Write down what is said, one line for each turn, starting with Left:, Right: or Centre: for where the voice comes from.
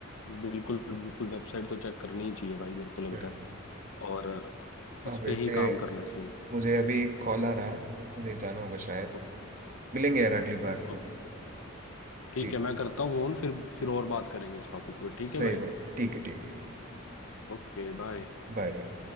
Left: बिल्कुल बिल्कुल वेबसाइट तो चेक करनी ही चाहिए भाई मेरे को लगता
Right: हम्म
Left: है और उस
Right: और वैसे
Left: पे ही काम करना चाहिए
Right: मुझे अभी एक कॉल आ रहा है मुझे जाना होगा शायद
Left: ओके
Right: मिलेंगे यार अगली बार
Left: ओके ठीक
Right: ठीक
Left: है मैं
Right: है
Left: करता हूँ फोन फिर फिर और बात करेंगे इस टॉपिक पे ठीक
Right: सही
Left: है भाई
Right: बात ठीक है ठीक है
Left: Okay bye
Right: Bye bye